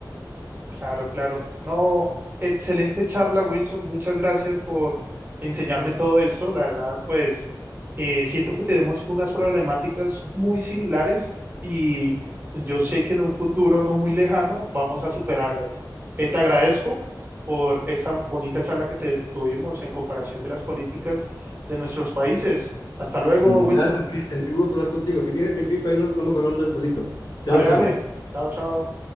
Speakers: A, on the right; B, on the left.
A: Claro, claro. No, excelente charla, Wilson. Muchas gracias por enseñarme todo esto. La verdad, pues eh, siento que tenemos unas problemáticas muy similares y yo sé que en un futuro no muy lejano vamos a superarlas. Eh, te agradezco por esa bonita charla que te tuvimos en comparación de las políticas de nuestros países. Hasta luego,
B: Ujú.
A: Wilson.
B: Gracias, Cristian. Qué gusto hablar contigo. Si tienes tiempito, ahí nos estamos hablando despacito.
A: Vale,
B: Chao, chao.
A: vale. Chao, chao.